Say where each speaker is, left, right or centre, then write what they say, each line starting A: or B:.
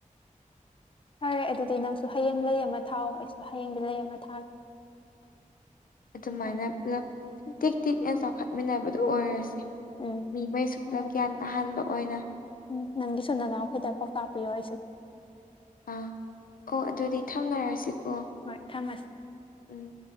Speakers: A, on the left; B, on the left.
A: ꯐꯔꯦ ꯑꯗꯨꯗꯤ ꯅꯪꯁꯨ ꯍꯌꯦꯡ ꯂꯩꯌꯦ ꯑꯃ ꯊꯥꯎꯑꯣ ꯑꯩꯁꯨ ꯍꯌꯦꯡꯗꯤ ꯂꯩ ꯑꯃ ꯊꯥꯒꯦ
B: ꯑꯗꯨꯃꯥꯏꯅ
A: ꯍꯣꯏ ꯍꯣꯏ
B: ꯄꯨꯂꯞ ꯁꯨꯝ ꯇꯤꯛ ꯇꯤꯛꯅ ꯆꯥꯎꯈꯠꯃꯤꯟꯅꯕꯗꯨ ꯑꯣꯏꯔꯁꯦ
A: ꯎꯝ
B: ꯃꯤꯃꯩꯁꯨ ꯄꯨꯂꯞ
A: ꯍꯣꯏ
B: ꯒ꯭ꯌꯥꯟ ꯇꯥꯍꯟꯥꯕ ꯑꯣꯏꯅ
A: ꯎꯝ ꯅꯪꯒꯤꯁꯨ ꯅꯅꯥꯎꯈꯩꯗ ꯄꯥꯎꯇꯥꯛꯄꯤꯌꯣ ꯑꯩꯁꯨ
B: ꯑꯥ ꯑꯣ ꯑꯗꯨꯗꯤ ꯊꯝꯅꯔꯁꯤꯀꯣ
A: ꯍꯣꯏ ꯊꯝꯃꯁꯤ
B: ꯎꯝ